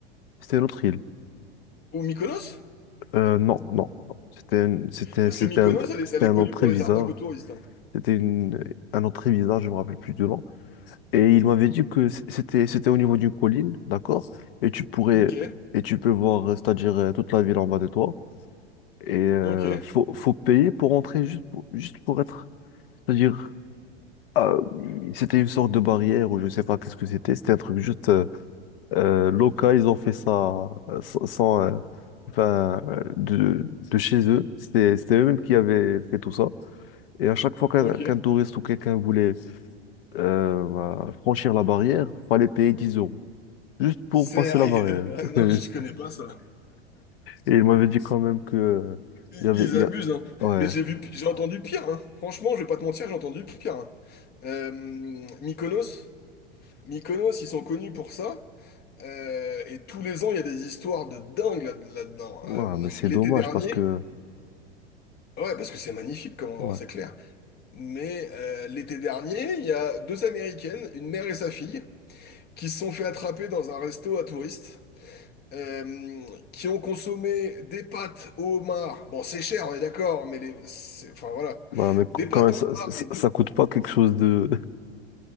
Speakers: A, on the left; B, on the left.
A: C'était une autre île.
B: Ou Mykonos?
A: Euh, non, non. C'était une- c'était,
B: Parce
A: c'était
B: que Mykonos,
A: un,
B: elle, est
A: c'était
B: elle
A: un
B: est connue
A: nom très
B: pour
A: bizarre.
B: les arnaques aux touristes. hein.
A: C'était une, un nom très bizarre, je me rappelle plus du nom. Et il m'avait dit que c- c'était, c'était au niveau d'une colline, d'accord? Et tu pourrais,
B: Ok,
A: et tu peux voir, euh, c'est-à-dire euh, toute la ville en bas de toi. Et euh,
B: ok.
A: faut, faut payer pour entrer juste pour, juste pour être, c'est-à-dire Ah, c'était une sorte de barrière ou je sais pas qu'est-ce que c'était. C'était un truc juste euh, euh, local. Ils ont fait ça euh, sans, sans, euh, enfin, euh, de, de chez eux. C'était, c'était eux-mêmes qui avaient fait tout ça. Et à chaque fois qu'un
B: Ok.
A: qu'un touriste ou quelqu'un voulait euh, bah, franchir la barrière, fallait payer 10 euros juste pour
B: Sérieux?
A: passer la barrière.
B: <laughs> Non,
A: <laughs>
B: je connais pas ça.
A: Et ils m'avaient dit quand même que euh,
B: Ils,
A: il y avait,
B: ils
A: il
B: abusent,
A: y a...
B: hein.
A: ouais,
B: Mais j'ai vu, j'ai entendu pire, hein. Franchement, je vais pas te mentir, j'ai entendu pire, hein. Euh, Mykonos, Mykonos, ils sont connus pour ça. Euh, et tous les ans, il y a des histoires de dingue là- là-dedans.
A: ouais,
B: Euh,
A: mais c'est
B: l'été
A: dommage
B: dernier,
A: parce que
B: ouais, parce que c'est magnifique comme endroit,
A: ouais,
B: c'est clair. Mais euh, l'été dernier, il y a deux Américaines, une mère et sa fille, qui se sont fait attraper dans un resto à touristes. euh, qui ont consommé des pâtes au homard. Bon, c'est cher, on est d'accord, mais les, c'est- enfin voilà,
A: ouais, mais
B: des pâtes
A: quand même
B: au
A: ça,
B: homard
A: ça,
B: et deux.
A: ça coûte pas quelque chose de